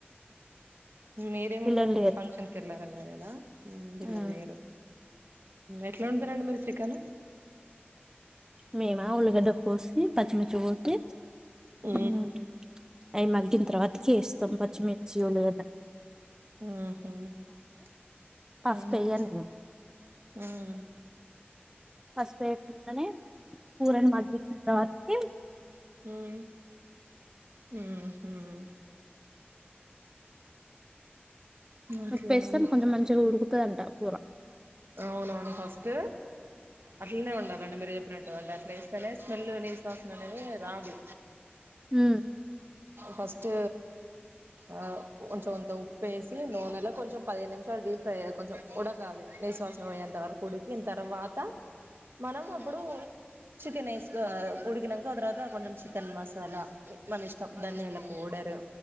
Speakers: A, on the right; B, on the right.
A: మ మీరే ముండార
B: పిల్లలు లేరు
A: ఫంక్షన్ కలార అగదా బిల్ల
B: మ్మ్.
A: లేయరు ఎట్లా ఉంటారండి మీరు చికెన్
B: మేమా ఉల్లిగడ్డ కోసి పచ్చిమిర్చి కోసి
A: ఆ
B: మ్మ్, అవి మగిన తర్వాత ఇస్తాం పచ్చిమిర్చియో లేదా
A: ఆ
B: పసుపు వేయను నేను పశుపెయ్యాకుండానే కూరను మగ్గించంత వరకిం
A: ఉమ్ ఉమ్ ఉమ్ అట్లా
B: ఉప్పెస్తే కొంచెం మంచిగా ఉడుకు తుందంట కూర
A: అవునవును. ఫస్ట్ అట్లనే ఉండాధండి. మీరు చెప్పినట్టు అంటే అట్లా చేస్తేనే స్మెల్ నీస్ వాసన అనేది రాదు.
B: హు
A: ఫస్ట్ ఆ కొంచెం కొంత ఉప్పుేసి నూనెలో కొంచెం పదిహేను నిమిషాలు డీప్ ఫ్రై కొంచెం ఉడకాలి. నీస్ వాసన పోయేంతవరకు ఉడికిన తర్వాత మనం ఆప్పుడు చికెన్ ఏసు కో ఉడికినంక ఆ తర్వాత కొంచెం చికెన్ మసాలా, మన ఇష్టం ధనియాల పౌడరు,